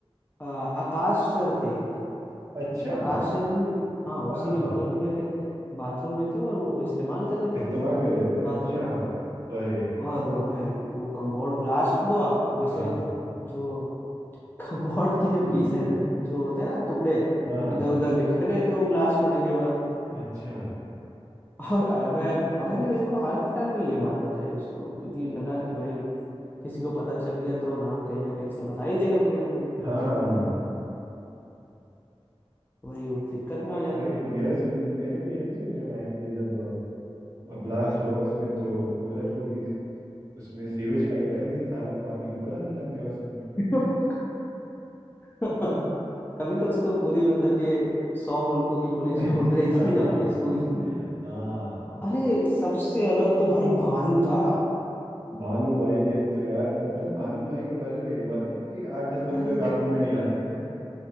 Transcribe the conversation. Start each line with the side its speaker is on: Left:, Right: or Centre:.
Left: अ, आकाश सर थे एक।
Right: <laughs> अच्छा
Left: आकाश सर ही हाँ उसी
Right: हाँ हाँ
Left: के
Right: हाँ
Left: बगल में क्या कहते हैं बाथरूम में थे और वो इस्तेमाल कर रहे
Right: इस्तेमाल
Left: थे
Right: कर रहे थे
Left: बाथरूम
Right: अच्छा
Left: का
Right: अरे
Left: और भाई वो कम्बोर्ड ब्लास्ट हुआ और जैसे
Right: हाँ हाँ
Left: जो <laughs> कम्बोर्ड की जो पीसे
Right: <laughs>
Left: जो होते हैं ना टुकड़े
Right: हाँ हाँ,
Left: इधर उधर बिखर गए थे वो ब्लास्ट होने के बाद
Right: अच्छा
Left: और अभय अभय ने मेरे को हाल फिलहाल में ये बात बताई उसको क्योंकि लगा कि भाई किसी को पता चल गया तो नाम कहीं ना कहीं से बता ही देगा कोई ना कोई
Right: हाँ हाँ हाँ।
Left: वही वो दिक्कत में आ जाता
Right: भाई मेरा सुनने मेरे को ये भी सुनने में आया कि जब ब्लास्ट हुआ उसमें तो पूरा जो भी उसमें सीवेज पाइपलाइन थी सारा पानी ऊपर आने लग गया उसमें
Left: <laughs> तभी तो उसको पूरी मतलब कि सौ मुल्कों की पुलिस
Right: <laughs>
Left: ढूंढ रही थी
Right: हाँ
Left: अपने स्कूल की
Right: हाँ,
Left: अरे सबसे अलग तो भाई भानु था
Right: भानु भाई के तो यार मतलब भानु भाई के बारे में एक बात है कि आठ दस
Left: अरे
Right: बंदों के काबू में नहीं आते थे